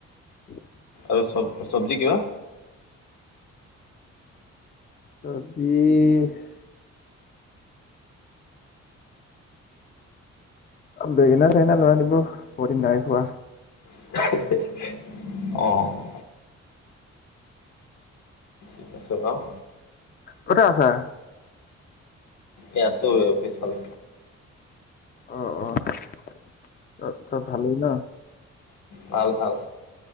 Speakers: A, on the left; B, on the left.
A: <inaudible>
B: আৰু চ-চব্জি কিবা!
A: চব্জি- বেঙেনা -চেঙেনা লৈ আনিব বহু দিন নাই খোৱা
B: <unintelligible> অৱ। কেচু গাওঁ।
A: ক'ত হে আছা?
B: এই আছোঁ পিছফালে।
A: অ অ, চ'ব ভালেই ন!
B: ভাল ভাল।